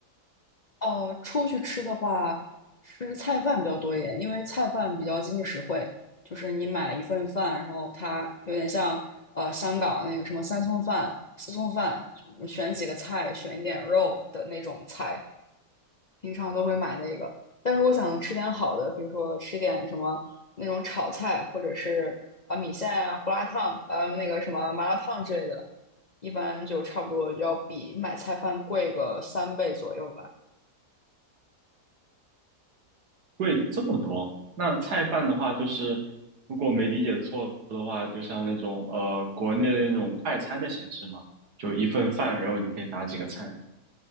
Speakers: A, on the left; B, on the right.
A: 呃，出去吃的话，吃菜饭比较多一点，因为菜饭比较经济实惠。就是你买一份饭，然后它有点像呃香港那个什么三餸饭、四餸饭，选几个菜，选一点肉的那种菜，平常都会买那个。但如果想吃点好的，比如说吃点什么那种炒菜，或者是啊、呃米线啊、胡辣汤，呃那个什么麻辣烫之类的，一般就差不多要比买菜饭贵个三倍左右吧。
B: 贵这么多。那菜饭的话，就是如果没理解错的话，就像那种呃国内的那种快餐的形式嘛，就一份饭，然后你可以打几个菜。